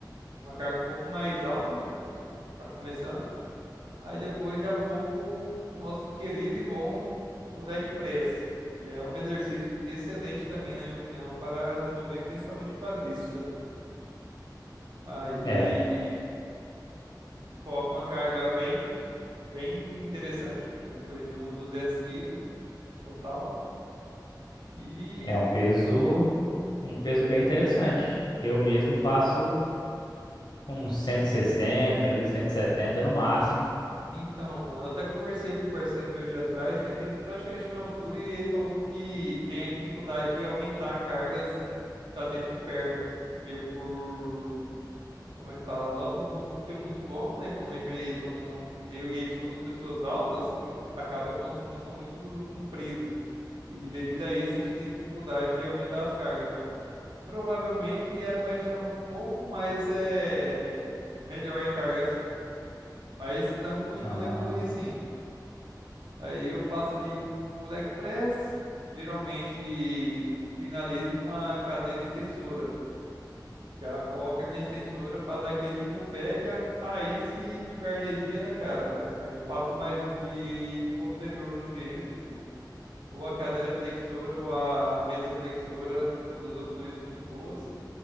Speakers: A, on the right; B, on the left.
A: uma carga um pouco mais alta, né? Tipo, né, tá começando. Aí depois já vou pro, pro nosso querido e bom leg press, que é um exercício excelente também, na minha opinião, para desenvolver principalmente o quadríceps ali. Aí
B: É,
A: coloco uma carga bem, bem interessante, tipo, coisa de uns 200 quilos total. E
B: é um peso, um peso bem interessante. Eu mesmo faço uns 160 ali, 170 no máximo.
A: Então, mano, eu até conversei com um parceiro meu de atrás, que ele tem praticamente minha altura, e ele falou que tem a dificuldade de aumentar a carga, assim, tá tendo de perna. E por, como é que fala? Nosso músculo ser muito longo, né? Como a gente, somos, eu e ele são duas pessoas altas, e acaba que nossos músculos são muito compridos. E devido a isso, a gente tem dificuldade de aumentar as cargas. Então, provavelmente era pra gente estar um pouco mais, é, melhor em carga, assim. Mas estamos buscando
B: Ah,
A: evoluir, sim. Aí eu faço ali o leg press, geralmente finalizo com a cadeira extensora. Já coloca ali na extensora para dar aquele último pega. Aí se tiver energia, né, cara? Aí eu faço mais um de posterior no dia ainda, tipo, ou a cadeira flexora ou a mesa flexora. São duas opções muito boas.